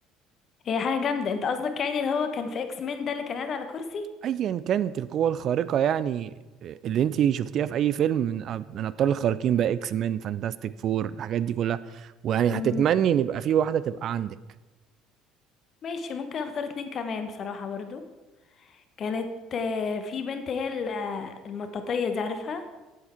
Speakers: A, on the left; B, on the right.
A: هي حاجة جامدة انت قصدك يعني اللي هو كان في اكس مين ده اللي كان قاعد على كرسي
B: ايا كانت القوة الخارقة يعني اللي انت شفتيها في اي فيلم من أب- من ابطال الخارقين بقى اكس مان فانتاستيك فور الحاجات دي كلها ويعني
A: مم.
B: هتتمني ان يبقى في واحدة تبقى عندك
A: ماشي ممكن اختار اتنين كمان بصراحة برضو كانت آه، في بنت هي ال- آه، المطاطية دي عارفها